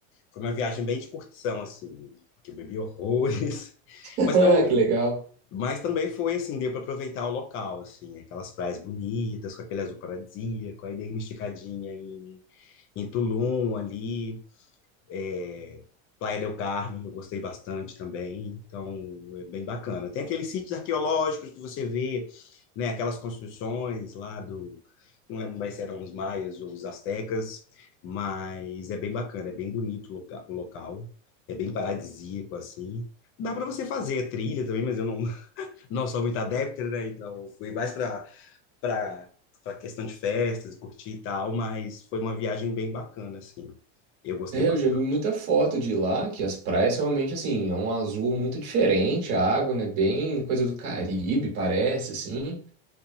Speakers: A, on the left; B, on the right.
A: foi uma viagem bem de curtição assim, porque eu bebi horrores, <laughs>
B: <laughs>
A: mas também
B: que legal.
A: mas também foi assim, deu para aproveitar o local assim, aquelas praias bonitas, com aquele azul paradisíaco, aí dei uma esticadinha em, em Tulum ali, é, Playa del Carmen, eu gostei bastante também, então é bem bacana. Tem aqueles sítios arqueológicos que você vê, né, aquelas construções lá do, não lembro mais se eram os maias ou os astecas, mas é bem bacana, é bem bonito o loca- o local, é bem paradisíaco assim. Dá para você fazer trilha também, mas eu não, <laughs> não sou muito adepto, né? Então eu fui mais para para para questão de festas, curtir e tal, mas foi uma viagem bem bacana assim. Eu gostei
B: É,
A: bastante.
B: eu já vi muita foto de lá, que as praias realmente, assim, é um azul muito diferente, a água, né, bem coisa do Caribe, parece, assim.